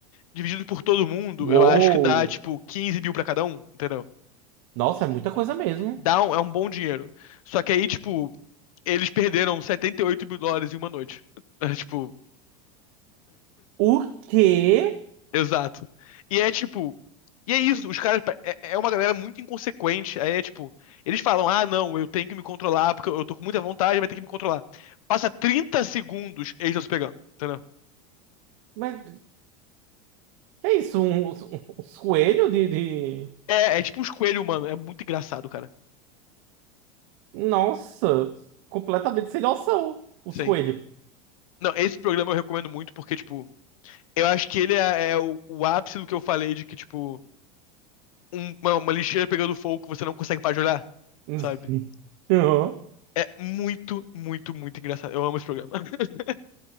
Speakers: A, on the left; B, on the right.
A: Dividido por todo mundo,
B: uou!
A: eu acho que dá, tipo, 15 mil pra cada um, entendeu?
B: Nossa, é muita coisa mesmo.
A: Dá um, é um bom dinheiro. Só que aí, tipo, eles perderam 78 mil dólares em uma noite. <laughs> É, tipo,
B: O quê?
A: exato. E é, tipo... E é isso, os caras... É, é uma galera muito inconsequente. Aí é, tipo... Eles falam, ah, não, eu tenho que me controlar, porque eu tô com muita vontade, vai ter que me controlar. Passa 30 segundos, eles estão se pegando, entendeu?
B: Mas que é isso? Um, um, uns coelhos de, de.
A: É, é tipo uns coelhos, mano. É muito engraçado, cara.
B: Nossa, completamente sem noção. Os
A: Sim.
B: coelhos.
A: Não, esse programa eu recomendo muito porque, tipo, eu acho que ele é, é o, o ápice do que eu falei de que, tipo, um- uma, uma lixeira pegando fogo que você não consegue parar de olhar,
B: <laughs>
A: sabe?
B: Uhum.
A: É muito, muito, muito engraçado. Eu amo esse programa. <laughs>